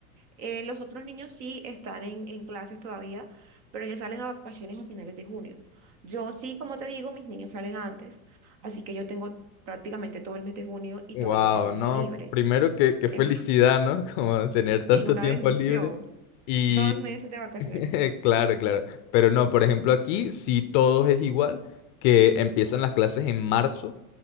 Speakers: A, on the right; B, on the left.
A: Eh, los otros niños sí están en, en clases todavía, pero ellos salen a vacaciones a finales de junio. Yo sí, como te digo, mis niños salen antes, así que yo tengo prácticamente todo el mes de junio y
B: Wow,
A: todo el mes de julio
B: no,
A: libres.
B: primero que, qué
A: Eh,
B: felicidad, ¿no? <laughs> Como tener
A: <laughs>
B: tanto
A: y una
B: tiempo
A: bendición.
B: libre. Y
A: Dos meses de vacaciones.
B: <laughs> claro, claro. Pero no, por ejemplo, aquí sí todo es igual, que empiezan las clases en marzo